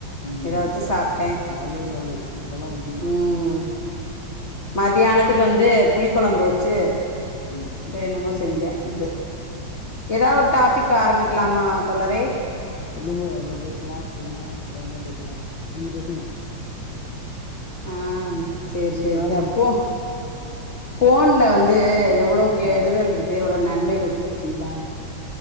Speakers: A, on the left; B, on the left.
A: ம்.
B: இத வச்சு சாப்டே
A: நல்லது நல்லது அதெல்லா நம்ம திண்
B: ம் மதியானத்துக்கு வந்து புளி கொழம்பு வச்சு
A: ம்
B: என்னமோ செஞ்சே இது எதாவது ஒரு டாபிக் ஆரம்பிக்கலாமா தோழரே
A: சொல்லுங்க ஏதோ பேசலா சொல்லுங்க எதி இருந்தாலு பேசலா நீங்க பேசுங்க
B: ஆ சேர்
A: நீங்க
B: சேர் இந்த
A: ஆரம்பிங்க.
B: போ போன்ல வந்து எவ்ளோ கெடுதல்
A: ம்.
B: இருக்கு எவ்ளோ நன்மைகள் இருக்கு பாத்தீங்களா